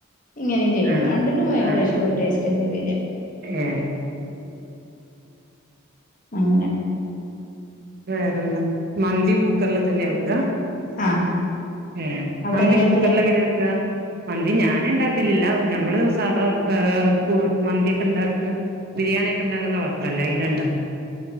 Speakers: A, on the left (about 40°); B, on the right (about 45°).
A: ഇങ്ങനെയും ചെയ്യും
B: ആഹ്
A: രണ്ടിനും ഏകദേശം
B: ആഹ്
A: ഒരു ടേസ്റ്റ് തന്നെ വരിക
B: ഏഹ്
A: ഉം അങ്ങനെ
B: വേറെന്താ മന്തി കുക്കറിൽ തന്നെ വെക്ക
A: ആഹ്
B: ഏഹ്
A: അവിടെ
B: മന്തി
A: എങ്ങനെ
B: കുക്കറിലെങ്ങനെ
A: വെക്കല്
B: വെക്ക? മന്തി ഞാന്ണ്ടാക്കലില്ല ഞമ്മള് സാധാ വെ ഇഹ്‌ മന്തിയൊക്കെണ്ടാക്കുന്ന ബിരിയാണി ഒക്കെണ്ടാക്കുന്ന പാത്രല്ലേ അയ്‌ലണ്ടാക്കല്.